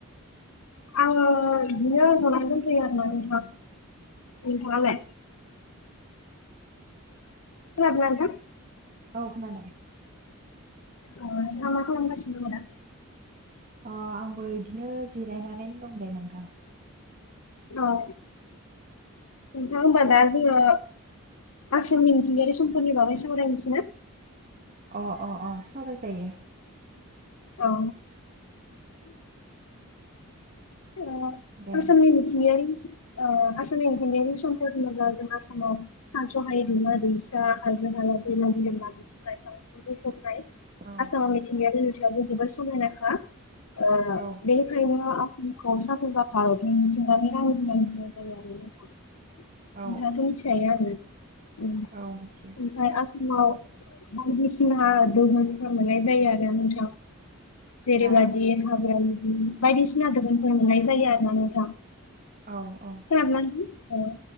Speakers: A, on the left; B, on the right.
A: आडो बिदिनो जना दंथ'यो नोंथा। जाबाय। खोनादों ना नोंथां?
B: औ खोनादों।
A: औ मा मा खालामगासिनो दं।
B: अ आंबो इदिनो जिरायनानै दं दे नोंथां।
A: औ नोंथां होनबा दा जोङो। आसामनि मिथिंगायारि समपदफोरनि बागै सावरायनोसैना।
B: अ अ अ सावराय जायो।
A: औ। अ
B: दे
A: आसामनि मिथिंगायारि। आसामनि मिथिंगायारि समपदफोर होनोब्ला जों आसामाव सानस' हायै दैमा दैसा हाजो। <unintelligible>
B: औ
A: आसामाव मिथिंगाया <unintelligible> जोबोद समायनाखा ओ
B: औ
A: बेनिखायनों। खौ साजा जाखा मिथिंगानि रानि होननानै जायो आरो नोंथां।
B: औ
A: नोंथाङाथ' मिथिखायो आरो ओमफ्राय
B: औ मिथियो
A: आसामाव। बायदिसिना दहुनफोर मोननाय जायो आरो नोंथां। जेरैबायदि
B: हा
A: हाग्रानि बायदिसिना दोनफोर मोननाय जायो आरो ना नोंथां।
B: औ औ
A: खोनादोना नोंथां औ